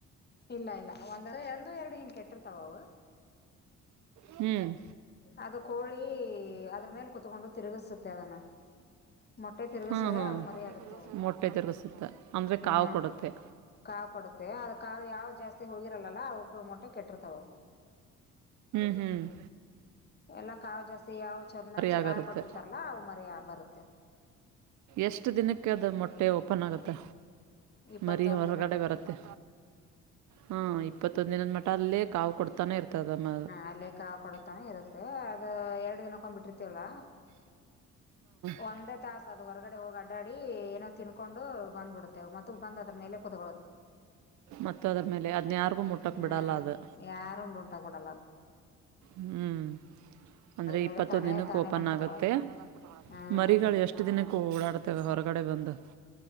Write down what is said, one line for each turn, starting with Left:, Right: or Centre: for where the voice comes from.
Left: ಇಲ್ಲ ಇಲ್ಲ ಒಂದ ಎಂದು ಎರಡು ಹಿಂಗ ಕೆಟ್ಟಿರ್ತಾವ ಅವು
Right: ಹ್ಮ್
Left: ಅದ ಕೋಳಿ ಅದ್ರ ಮೇಲ್ ಕುೂತ್ಕೊಂಡು ತಿರುಗಸುತ್ತೆ ಅದನ್ನ ಮೊಟ್ಟೆ ತಿರುಗಸಿದ್ರೆ
Right: ಹಾಂ ಹಾಂ
Left: ಮರಿ ಆಗುತ್ತೆ
Right: ಮೊಟ್ಟೆ ತಿರುಗಿಸುತ್ತೆ ಅಂದರೆ
Left: ಹ್ಮ
Right: ಕಾವು ಕೊಡುತ್ತೆ
Left: ಕ ಕೊಡುತ್ತೆ ಅ ಕ ಯಾವ ಜಾಸ್ತಿ ಹೋಗಿರಲ್ಲಲ್ಲ ಅವಕ ಮೊಟ್ಟೆ ಕೆಟ್ಟಿರ್ತಾವ
Right: ಹ್ಮ್
Left: ಎಲ್ಲ ಕಾವ್ ಜಾಸ್ತಿ ಯಾವ ಚನ್ನ ಚೆನ್ನಾಗ್
Right: ಆಗರುತ್ತೆ
Left: ಕೊಟ್ಟಿರ್ತಾರಲ್ಲಾ ಅ ಮರಿ ಬರುತ್ತೆ
Right: ಎಷ್ಟ್ ದಿನಕ್ಕೆ ಅದು ಮೊಟ್ಟೆ ಒಪ್ಪ ಅಪ್ಪನ್ ಆಗುತ್ತೆ
Left: ಇಪ್ಪತ್ತೊಂದ್
Right: ಮರಿ ಹೊರಗಡೆ
Left: ದಿನಕ್ಕ
Right: ಬರುತ್ತೆ ಹ ಇಪ್ಪತ್ತು ಸೊಂದಿನೊಂದು ಮಟ್ಟಲ್ಲ ಕಾವು ಕೊಡ್ತಾನೆ ಇರ್ತದಮ್ಮ
Left: ಅ ಲೇಕ್ಕ ಕೊಡತಾನೆ ಇರುತ್ತೆ ಅದ ಎರಡು ದಿನಕೊಂಡ್ಬಿಟ್ಟಿರ್ತವಲ್ಲ
Right: ಹಾಂ
Left: ಒಂದೇ ತಾಸ ಅದು ಹೊರಗಡೆ ಹೋಗಿ ಅಡ್ಡಾಡಿ ಏನೋ ತಿನ್ಕೊಂಡು ಬಂದ್ಬಿಡ್ತ್ತೇವೆ ಮತ್ತ ಬಂದ ಅದ್ರ ಮೇಲೆ ಕುತ್
Right: ಮತ್ತು ಅದ್ರ ಮೇಲೆ ಅದನ್ನ ಯಾರಿಗೂ ಮುಟ್ಟಕ್ಕೆ
Left: ಹ್ಮ
Right: ಬಿಡಲ್ಲ ಅದು
Left: ಯಾರು ಉಂಟಬಿಡಲ್ಲ ಹ
Right: ಹ್ಮ್ ಅಂದ್ರೆ
Left: ಮೇಲೆ
Right: ಇಪ್ಪತ್ತೊಂದ
Left: ತಾನೇ
Right: ದಿನಕ್ಕೆ
Left: ತಾನೇ
Right: ಓಪನ್
Left: ಬಂದ್ ಕುತ್ಕೊಳತ್
Right: ಆಗುತ್ತೆ
Left: ಹ್ಮ್
Right: ಮರಿಗಗಳು ಎಷ್ಟು ದಿನಕ್ಕೆ ಓಡಾಡ್ತೇವೆ ಹೊರಗಡೆ ಬಂದು